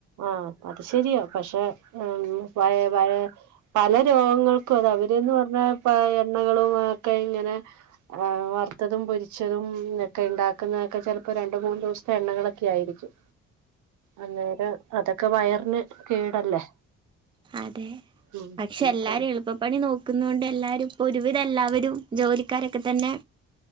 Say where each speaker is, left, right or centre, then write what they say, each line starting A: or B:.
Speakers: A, on the right; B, on the right.
A: ആഹ് അത് ശരിയാ പക്ഷെ ഉം പയേ പയേ പല രോഗങ്ങൾക്കും അത അവര്ന്ന് പറഞ്ഞാ പ എണ്ണകളും ഒക്കെ ഇങ്ങനെ വറുത്തതും പൊരിച്ചതുംക്കെ ഉണ്ടാക്കുന്നതൊക്കെ ചിലപ്പോ രണ്ട മൂന്ന് ദിവസത്തെ എണ്ണകളൊക്കെ ആയിരിക്കും അന്നേരം അതൊക്കെ വയറിന് കേടല്ലേ
B: അതെ
A: ഉം
B: പക്ഷെ
A: ഇനിപ്പം
B: എല്ലാരും എളുപ്പപ്പണി നോക്കുന്നോണ്ട് എല്ലാരും ഇപ്പൊരുവിധ എല്ലാവരും ജോലിക്കാരൊക്കെ തന്നെ